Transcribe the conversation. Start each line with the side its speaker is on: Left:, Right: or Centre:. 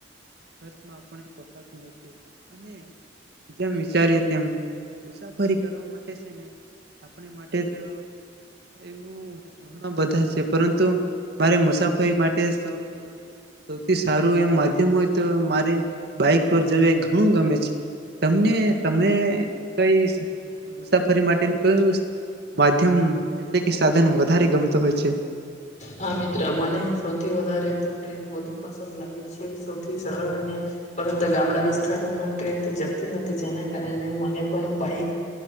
Right: ખર્ચમાં <inaudible> નથી. અને જેમ વિચારીએ તેમ મુસાફરી કરવા માટે <inaudible> આપણી માટે તો એવું ઘણો બધા છે પરંતુ મારે મુસાફરી મા તે સો સૌથી સારું એમ માધ્યમ હોય તો મારે બાઈક પર જોવે ઘણું ગમે છે. તમને તમે કઈ મુસાફરી માટે કયુ માધ્યમ એટલે કે સાધન વધારે ગમતું હોય છે?
Left: હા મિત્ર મને સૌથી વધારે તો ટ્રેન વધુ પસંદ લાગે છે, સૌથી સરળ અને પરંતુ ગામડા વિસ્તારોમાં ટ્રેન તો જતી નથી, જેના કારણે મને પણ બાઈક